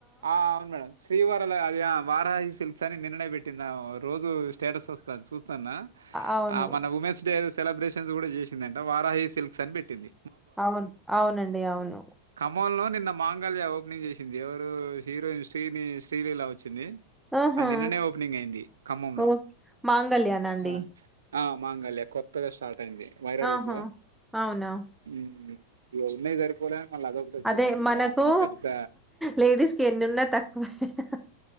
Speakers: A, on the right; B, in the centre.
A: ఆ అవును మేడం శ్రీవారాల అది వారాహి సిల్క్ కాని నిన్న నె పెట్టిందామె రోజూ స్టేటస్ వస్తాది చూస్తు స్తన్న
B: అవును
A: మొన్న ఉమెన్స్ డే సెలబ్రేషన్స్ కూడా చేసిందంట వారాహి సిల్క్ ల్క్స్అని పెట్టింది
B: అవును అవునండి అవును
A: మొన్నొ నిన్న మాంగళ్యా ఓపెనింగ్ చేసింది ఎవరు హీరోయిన్ శ్రీని శ్రీలీలా వచ్చింది
B: ఆహా
A: ఆ నిన్ననే ఓపెనింగ్ అయింది ఖమ్మంలో
B: ఓ మాంగళ్యానా అండి
A: ఆ ఆ మాంగళ్యా కొత్తగా స్టార్ట్ అయింది వైరా
B: ఆహా
A: రూట్ లో
B: అవునా
A: మ్ ఉన్నాయి సరిపోడా మళ్ళ అదొకటి వచ్చింది
B: అదే
A: <unintelligible>
B: మనకు
A: పెద్ద
B: లేడీస్ కి ఎన్నున్నా తక్కువే